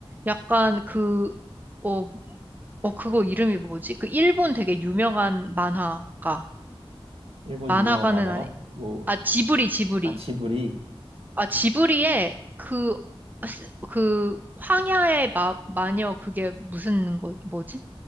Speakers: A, on the right (about 15°); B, on the right (about 75°).
A: 약간 그, 어, 어, 그거 이름이 뭐지? 그 일본 되게 유명한 만화가.
B: 일본
A: 만화가는
B: 유명한 만화가?
A: 아니,
B: 뭐,
A: 아, 지브리, 지브리.
B: 아, 지브리,
A: 아, 지브리의 그, 스- 그, 황야의 마, 마녀, 그게 무슨 거, 뭐지?